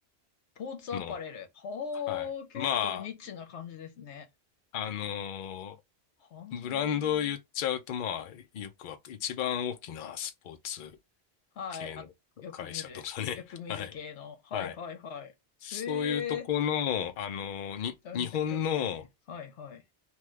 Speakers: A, on the left; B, on the left.
A: ポーツアパレル。
B: の、
A: はあ、
B: はい。
A: 結構ニッチな感じですね。
B: まあ、あの、
A: は
B: ブランドを言っちゃうと、まあ、よくわ、一番大きなスポーツ
A: あ。はい。
B: 系の会社とかね。
A: あ、よく見る。よく見る系の。
B: <laughs> はい。
A: はいはいはい。
B: はいそういうとこの、
A: ええー。め
B: あの、に、
A: ちゃめちゃ興味ある。
B: 日本の、
A: はいはい。